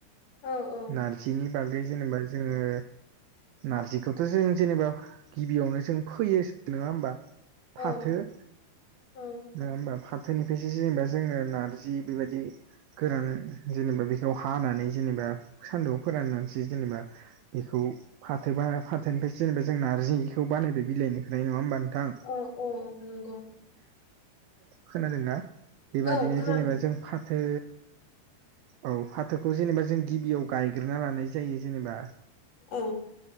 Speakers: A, on the left (about 40°); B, on the right (about 80°).
A: औ औ
B: नारजिनि बागै जेनेबा जोङो नारजिखौथ' जों जेनेबा गिबियावनो जों फैयो नङा होमबा
A: औ
B: फाथो नङा
A: औ
B: होमबा फाथ। थोननिफ्रायसो जेनेबा जोङो नारजि बेबायदि गोरान जेनेबा बेखौ हानानै जेनेबा सान्दुंआव फोराननानैसो जेनेबा बेखौ फाथो बा फाथोनिफ्राय जेनेबा जों नारजिखौ बानायबाय बिलाइनिफ्राय नङा होनबा नोंथांं।
A: औ औ नंगौ‌।
B: खोनादों ना बेबादिनो
A: औ खोनादों
B: जेनेबा जों फाथो औ फाथोखौ जेनेबा जों गिबियाव गायग्रोना लानाय जायो जेनेबा
A: औ